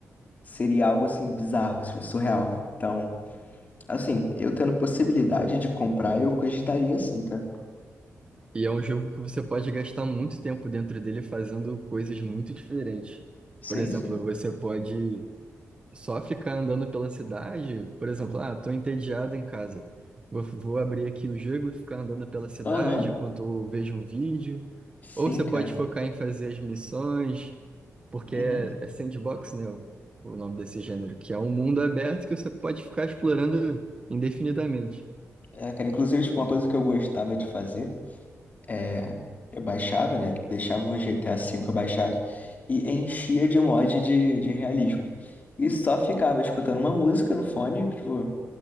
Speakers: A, on the left; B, on the right.
A: seria algo, assim, bizarro, assim, surreal. Então, assim, eu tendo possibilidade de comprar, eu cogitaria sim, cara.
B: E é um jogo que você pode gastar muito tempo dentro dele fazendo coisas muito diferentes.
A: Sim,
B: Por exemplo,
A: sim.
B: você pode Só ficar andando pela cidade, por exemplo, ah, tô entediado em casa. Vou, vou abrir aqui o jogo e ficar andando pela cidade
A: Aham.
B: enquanto eu vejo um vídeo.
A: Sim,
B: Ou você
A: cara.
B: pode focar em fazer as missões, porque
A: Uhum.
B: é, é sandbox, né? O, o nome desse gênero, que é um mundo aberto que você pode ficar explorando indefinidamente.
A: É, cara, inclusive, tipo, uma coisa que eu gostava de fazer. é, eu baixava, né? Deixava o GTA V baixado e enchia de mod de, de realismo. E só ficava escutando uma música no fone, tipo,